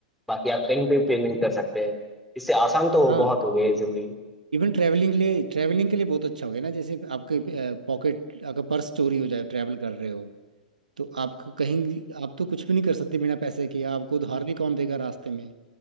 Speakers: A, in the centre; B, on the right (about 75°).
A: बाकी आप कहीं पे भी पेमेंट कर सकते हैं इससे आसान तो
B: हाँ
A: बहुत हो गई है जिंदगी
B: इवन ट्रैवलिंग लिए ट्रैवलिंग के लिए बहुत अच्छा हो गया ना जैसे आपके पॉकेट अगर पर्स चोरी हो जाए ट्रैवल कर रहे हो तो आप कहीं भी- आप तो कुछ भी नहीं कर सकते बिना पैसे के आपको उधार भी कौन देगा रास्ते में